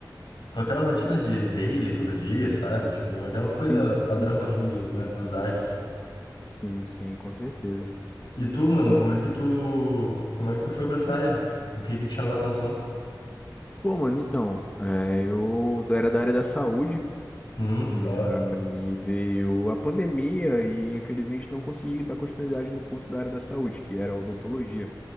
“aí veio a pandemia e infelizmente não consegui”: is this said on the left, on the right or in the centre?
Left